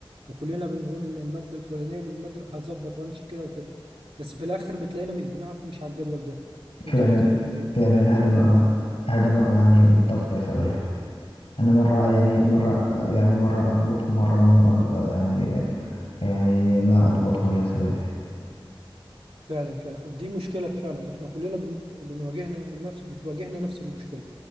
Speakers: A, on the right; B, on the left.
A: وكلنا بنقول ان المادة الفلانية من المادة هظبط وامشي كده وكده بس في الاخر بتلاقينا مش بنعرف نمشي على الجدول ده
B: فعلا
A: انت بت... ب...
B: فعلا هذا
A: ب...
B: ما أ- هذا ما أعانيه بالضبط يا صديقي أنا مرة يعني
A: اه
B: مرة يعني مرة أضبطه مرة مو أض... يعني يعني ما أضبطه يا صديقي
A: فعلا فعلا دي مشكلة فعلا احنا كلنا بن- بنواجهنا نفس بتواجهنا نفس المشكلة